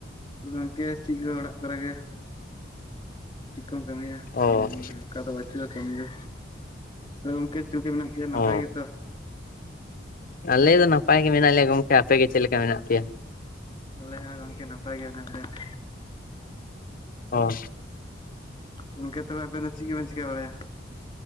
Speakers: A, on the left; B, on the left.
A: ᱜᱚᱝᱠᱮ ᱪᱮᱫ ᱜᱤᱵᱟ ᱚᱲᱟᱜ ᱠᱚᱨᱮ ᱜᱮ ᱾ ᱪᱮᱫ ᱠᱚᱢ ᱠᱟᱹᱢᱤᱭᱟ
B: ᱚ
A: ᱠᱟᱹᱢᱤ ᱢᱟ ᱚᱱᱠᱟ ᱫᱚ ᱵᱟᱹᱪᱩᱜᱼᱟ ᱠᱟᱹᱢᱤ ᱫᱚ, ᱛᱚ ᱜᱚᱝᱠᱮ ᱪᱮᱫ ᱠᱟ ᱢᱮᱱᱟᱜ ᱯᱮᱭᱟ ᱱᱟᱯᱟᱭ
B: ᱚ
A: ᱜᱮᱛᱚ?
B: ᱟᱞᱮ ᱫᱚ ᱱᱟᱯᱟᱭ ᱜᱮ ᱢᱮᱱᱟᱜ ᱞᱮᱭᱟ ᱜᱚᱝᱠᱮ, ᱟᱯᱮ ᱜᱮ ᱪᱮᱫ ᱞᱮᱠᱟ ᱢᱮᱱᱟᱜ ᱯᱮᱭᱟ?
A: ᱟᱞᱮ ᱦᱚᱸ ᱜᱚᱝᱠᱮ ᱱᱟᱯᱟᱭ ᱜᱮ ᱢᱮᱱᱟᱜ ᱞᱮᱭᱟ ᱾
B: ᱚ ᱾
A: ᱜᱚᱝᱠᱮ ᱛᱚᱵᱮ ᱟᱵᱮᱱ ᱫᱚ ᱪᱮᱫ ᱠᱚᱵᱮᱱ ᱪᱤᱠᱟ ᱵᱟᱲᱟᱭᱟ?